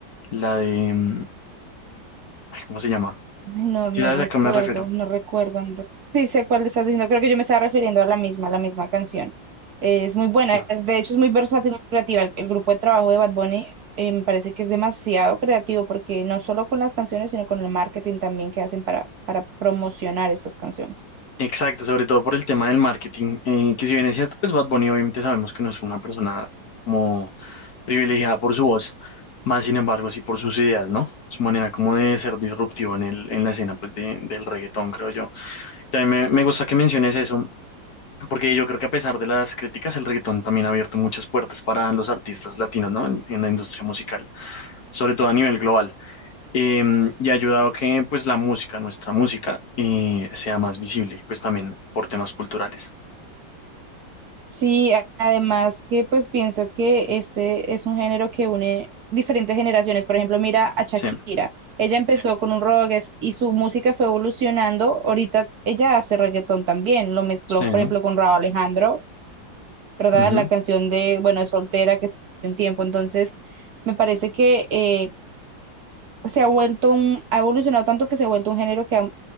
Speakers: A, on the left; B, on the right.
A: La de, em, ay, ¿cómo se llama?
B: Ay, No, no
A: ¿Sí sabes
B: recuerdo,
A: a qué me refiero?
B: no recuerdo. no re- Sí sé cuál estás diciendo, creo que yo me estaba refiriendo a la misma, la misma canción. Eh, es muy buena,
A: Sí.
B: es- de hecho es muy versátil, muy creativa. El, el grupo de trabajo de Bad Bunny eh, me parece que es demasiado creativo porque no solo con las canciones, sino con el marketing también que hacen para, para promocionar estas canciones.
A: Exacto, sobre todo por el tema del marketing, eh, que si bien es cierto, pues Bad Bunny obviamente sabemos que no es una persona como privilegiada por su voz, más sin embargo sí por sus ideas, ¿no? Su manera como de ser disruptivo en el, en la escena pues de- del reggaetón, creo yo. También me, me gusta que menciones eso, Porque yo creo que a pesar de las críticas, el reggaetón también ha abierto muchas puertas para los artistas latinos, ¿no? En, en la industria musical, sobre todo a nivel global. Eh, y ha ayudado que, pues, la música, nuestra música, eh, sea más visible, pues también por temas culturales.
B: Sí, a- además que pues pienso que este es un género que une diferentes generaciones. Por ejemplo, mira a Shakira.
A: Sí,
B: Ella empezó con un rock es- y su música fue evolucionando. Ahorita ella hace reggaetón también. Lo mezcló,
A: sí,
B: por ejemplo, con Rauw Alejandro, ¿verdad?
A: ujú,
B: La canción de, bueno, de Soltera que se hace un tiempo. Entonces, me parece que eh, se ha vuelto un, ha evolucionado tanto que se ha vuelto un género que ha